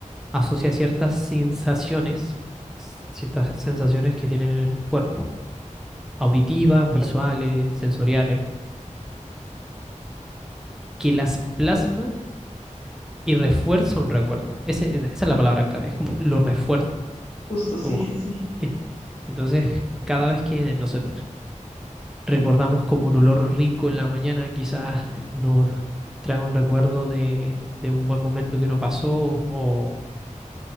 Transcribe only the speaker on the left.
Justo, sí,
sí, sí.